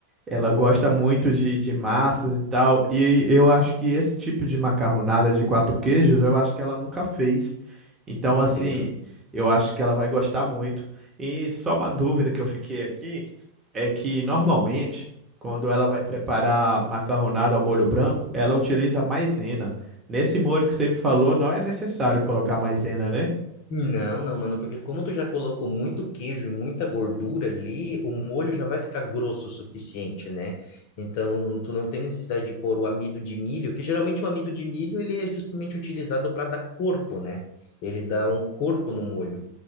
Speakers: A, on the right; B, on the left.
A: Ela gosta muito de, de massas e tal. E eu acho que esse tipo de macarronada de quatro queijos, eu acho que ela nunca fez. Então,
B: <laughs> Entendo.
A: assim, eu acho que ela vai gostar muito. E só uma dúvida que eu fiquei aqui é que normalmente, quando ela vai preparar macarronada ao molho branco, ela utiliza maisena. Nesse molho que você me falou, não é necessário colocar maisena, né?
B: Não, não, mano, porque como tu já colocou muito queijo e muita gordura ali, o molho já vai ficar grosso o suficiente, né? Então, tu não tem necessidade de pôr o amido de milho, que geralmente o amido de milho, ele é justamente utilizado para dar corpo, né? Ele dá um corpo no molho.